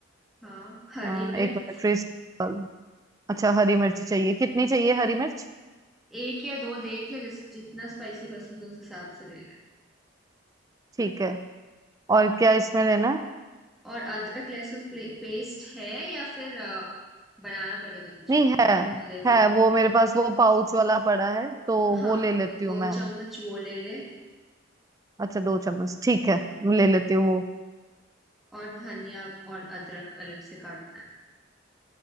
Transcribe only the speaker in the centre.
हाँ हरी
मिर्च
एक या दो देख ले जिस जितना स्पाइसी पसंद हो उस हिसाब से ले ले
और अदरक लहसुन प्ले- पेस्ट है या फिर अ, बनाना पड़ेगा तुझे
तो
वो देख
ले
हाँ
तो
दो
चम्मच वो ले ले
और धनिया और अदरक अलग से काटना है